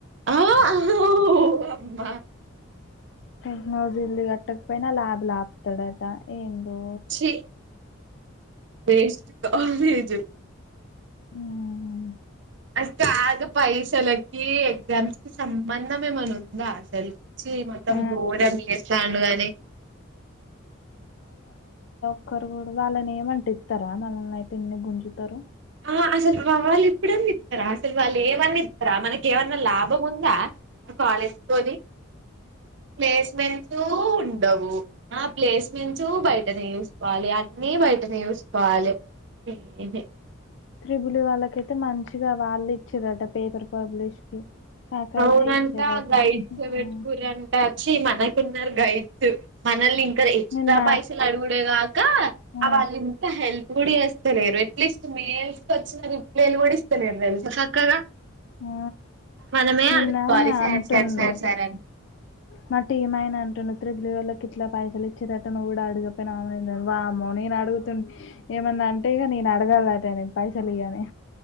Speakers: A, on the right; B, on the left.
A: ఆ అమ్మా
B: టక్న జిల్లీ కట్టకపోయిన ల్యాబ్ అపుతాడంత ఏందొ
A: చి వేస్ట్ కాలేజీ
B: ఉమ్,
A: అసలు ఆగ పైసలికి ఎగ్జామ్స్ కి సంబంధం ఏమైనా ఉందా అసలికి చి మొత్తం
B: ఆ,
A: గోరంగా చేస్తాండు కాదనీ
B: ఒకరు కూడా వాళ్ళని ఇయ మంటే ఇస్తారా మనల్ని అయితే ఇన్ని గుంజుతారు
A: ఆ అసలు వాళ్ళు ఎప్పుడన్న ఇస్తారా అసలు వాళ్ళు ఏవన్న ఇస్తారా మనకి ఏవన్నా లాభం ఉందా కాలేజీ తోనీ ప్లేస్మెంట్స్ ఉ ఆ ప్లేస్మెంస్ బయటని చూసుకోవాలి అన్ని బయటని చూసుకోవాలి ఏ ఇదే
B: త్రిబులి వాళ్ళకైతే మంచిగా వాళ్ళు ఇచ్చారట పేపర్ పబ్లిష్ కి ఫ్యాకల్టీ
A: అవునంటా
B: ఇచ్చిరట
A: గ ఇచ్చ
B: ఉమ్
A: పెట్టుకుర్రంట. ఛీ మనకున్నారు గైడ్స్ మనల్ని సరే ఎక్స్ట్రా
B: నిన్న
A: పైసలు అడుగుడేగాక
B: ఆ
A: అ వాళ్ళు ఇంత హెల్ప్ గుడి వేస్తలేరు అట్లీస్ట్ మేల్స్కొచ్చిన రిప్లేలు కుడ ఇస్తలేరు తెల్సా చక్కగా
B: ఆ
A: మనమే
B: నిన్న
A: అడుక్కోవాలి సార్
B: అంటుండు.
A: సార్ సార్ సార్ అని
B: మా టీమాయనా అంటుండు త్రెడ్లీవల్ ఇట్లా పైసలు ఇచ్చిరట నువ్వు కూడా అడగకపోయినా వామ్మో నేను అడుగుతు ఏమన్నా అంటే ఇగ నే నేను అడగాలట నేను పైసలీ అని